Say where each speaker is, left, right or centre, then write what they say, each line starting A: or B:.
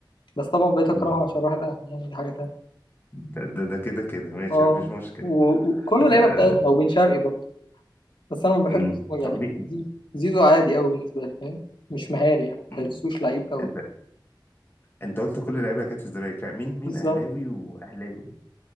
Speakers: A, on the left (about 75°); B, on the left (about 25°).
A: بس طبعا بقيت
B: مم.
A: أكرهه عشان راح الأهلي يعني دي حاجة تانية
B: ده ده, ده كده كده ماشي
A: أه
B: مفيش مشكلة
A: و- وكل اللعيبة
B: آه
A: بتاعتنا وبن شرقي برضه بس أنا ما
B: مم.
A: بحبش هو يعني
B: طب مين
A: زيزو زيزو عادي أوي بالنسبة لي فاهم مش مهاري يعني ما
B: مم.
A: بحسوش لعيب أوي
B: انت انت قلت كل اللعيبة كانت في الزمالك لا مين مين
A: بالظبط
B: اهلاوي واهلاوي